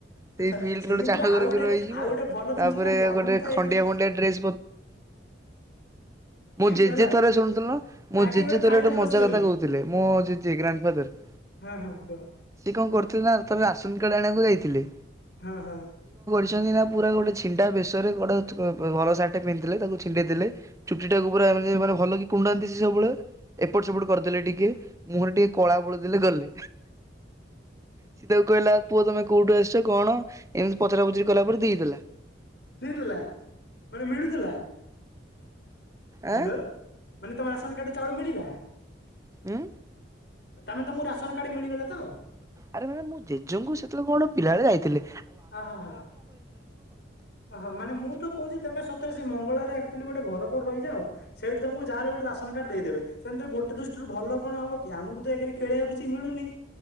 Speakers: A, on the right; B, on the left.
A: ସେଇ
B: ହେଲା
A: ଫିଲ୍ଡରେ
B: ସେମିତିରେ
A: ଗୋଟେ ଚାଳ ଘର
B: ଆଉ ଗୋଟେ
A: କରି ରହିଯିବ।
B: ଆଉ ଗୋଟେ ଭଲ
A: ତାପରେ
B: ଜିନିଷ କଣ କି ଆମକୁ
A: ଗୋଟେ
B: ତ
A: ଖଣ୍ଡିଆ
B: ଏକରେ
A: ଖଣ୍ଡିଆ ଡ୍ରେସ ମୁଁ ଜେଜେ
B: ହେଲା
A: ଥରେ ଶୁଣୁଥିଲ
B: ବାଗେଇ
A: ମୋ ଜେଜେ
B: ଥାଳି
A: ଥରେ
B: ଧରି
A: ଗୋଟେ
B: ବସିବନି
A: ମଜା କଥା କହୁଥିଲେ ମୋ ଜେଜ ଗ୍ରାଣ୍ଡ ଫାଦର।
B: ହଁ-ହଁ କୁହ।
A: ସେ କଣ କରୁଥିଲେ ନା ଆରଥର ରାସନ କାର୍ଡ ଆଣିବାକୁ ଯାଇଥିଲେ।
B: ହଁ-ହଁ।
A: ଛନ୍ତି ନା ପୁରା ଗୋଟେ ଛିଣ୍ଡା ବେ ଟା ଭଲ ସାଟ୍ ଟେ ପିନ୍ଧିଥିଲେ ତାକୁ ଛିଣ୍ଡେଇ ଦେଲେ ଚୁଟି ଟାକୁ ପୁରା ଭଲ କୁଣ୍ଡାନ୍ତି ସେ ସବୁ ଳେ ଏପଟ ସେପଟ କରିଦେଲେ ଟିକେ ମୁହଁରେ ଟିକେ କଳା ବୋଳିଦେଲେ ଗଲେ। ସି ତାକୁ କହିଲା ପୁଅ ତମେ କୋଉଠୁ ଆସିଛ କଣ ଏମିତି ପଚରା ପଚୁରି କଲା ପରେ ଦେଇଦେଲା।
B: ଦେଇଦେଲା ମାନେ ମିଳୁଥିଲା। ହ୍ୟାଲୋ
A: ଆଁ
B: ମାନେ ତମ ରାସନ କାର୍ଡୁରୁ ଚାଉଳ ମିଳିଲା।
A: ଉଁ।
B: ତମେ ତମକୁ ରାସନ କାର୍ଡ ମିଳିଗଲା ତ
A: ଆରେ ମାନେ ମୁଁ ଜେଜେଙ୍କୁ ସେତେବେଳେ କଣ ପିଲାବେଳେ ଯାଇଥିଲି।
B: ଅହୋ ହ ଓହୋ ମାନେ ମୁଁ ତ କହୁଛି ତମେ ସତ ସେ ମଙ୍ଗଳ ଆକ୍ଚୁଆଲି ଗୋଟେ ଘର କରି ରହିଯାଅ ସେଇଠି ତମକୁ ଯାହାେଲେ ଗୋଟେ ରାସନ କାର୍ଡ ଦେଇଦେବେ ସେମତି ଗୋଟେ ଦୃଷ୍ଟିରୁ ଭଲ କଣ ହବ କି ଆମକୁ ତ ଏକରେ ଖେଳିବାକୁ କିଛି ମିଳୁନି।